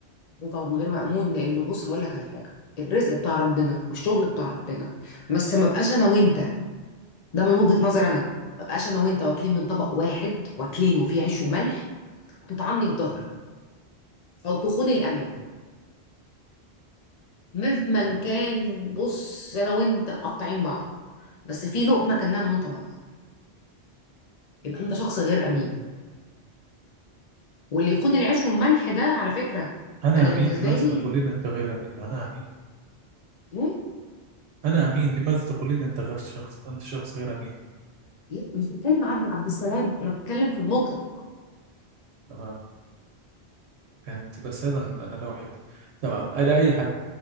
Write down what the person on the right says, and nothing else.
تمام.
أنا
أمين لماذا
تقولين أنت غير أمين؟ أنا أمين
أنا أمين لماذا تقولين أنت غير شخص أنت شخص غير أمين؟
تمام فهمت بس هذا أنا لا أحب تمام على أي حال